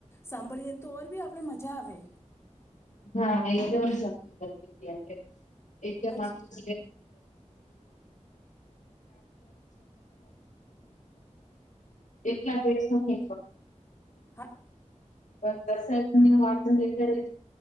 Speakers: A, on the left; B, on the left.
A: સાંભળીએને તો ઓર બી આપણે મજા આવે
B: હા એકદમ સી એકદમ
A: હાચી
B: આપ છે એકલા દસ ન
A: હા
B: પણ દર વા લે